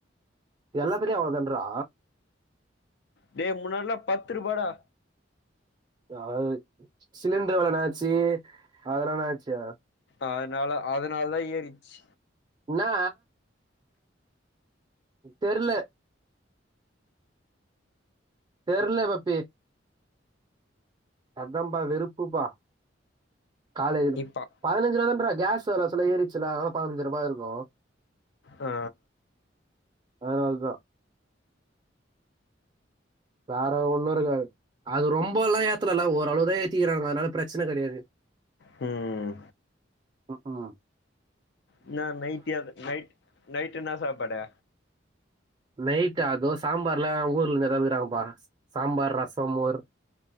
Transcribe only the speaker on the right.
எல்லா பெரிய அவ்ளோதன்றா
<unintelligible> சிலிண்ட்ர் வெல என்னாச்சி அதுல என்னாச்சா
ன்னா தெர்ல தெர்ல பப்பி அதாம்பா வெறுப்புப்பா காலையில
பதினஞ்சுருவா தான்றா கேஸ் வர சொல்ல ஏரிச்சலாகு அதனால பதனஞ்சு ரூபா இருக்கு
அதனாலதா வேற ஒண்ணு இருக்காது அது ரொம்ப எல்லா ஏத்துலல்ல ஓரளவுதா ஏத்திருக்குறாங்கோ அதனால பிரச்சன கெடையாது
ம் ம்
நைட்டா அது சாம்பார்லா ஊர்ல இருந்து எடுத்து வந்துக்குறாங்கப்பா சாம்பார் ரசம் மோர்